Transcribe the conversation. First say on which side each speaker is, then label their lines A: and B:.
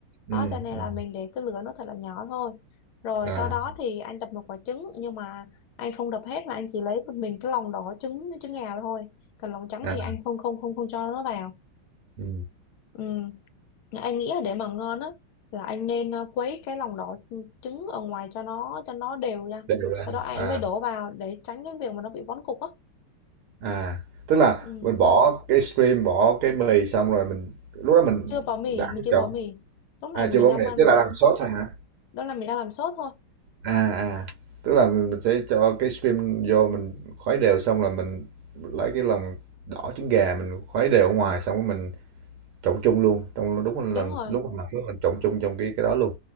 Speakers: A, on the right; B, on the left.
A: ừ,
B: Đó cho nên
A: ừ.
B: là mình để cái lửa nó thật là nhỏ thôi. Rồi
A: à
B: sau đó thì anh đập một quả trứng nhưng mà anh không đập hết mà anh chỉ lấy một mình cái lòng đỏ trứng trứng gà thôi. Còn lòng trắng
A: à
B: thì anh không không không không cho nó vào.
A: ừ.
B: Ừ. Em nghĩ là để mà ngon á là anh nên ờ, quấy cái lòng đỏ trứng ở ngoài cho nó cho nó đều nha.
A: đều ra
B: Sau đó anh
A: à
B: mới đổ vào để tránh cái việc mà nó bị vón cục á.
A: à tức là
B: Ừ.
A: mình bỏ cái stream bỏ cái mì xong rồi mình lúc đó mình
B: Chưa bỏ mì,
A: đảo
B: mình chưa
A: trộn
B: bỏ mì. Lúc
A: à
B: này mình
A: chưa bỏ
B: đang
A: mì
B: ăn
A: tức là
B: vậy.
A: làm sốt thôi hả
B: Đó là mình đang làm sốt thôi.
A: à à tức là mình, mình sẽ cho cái stream vô mình khuấy đều xong là mình lấy cái lòng đỏ trứng gà mình khuấy đều ở ngoài xong rồi mình Trộn chung luôn, trong lúc là
B: Đúng
A: lần
B: rồi.
A: lúc mà mình làm phước mình trộn chung trong cái cái đó luôn.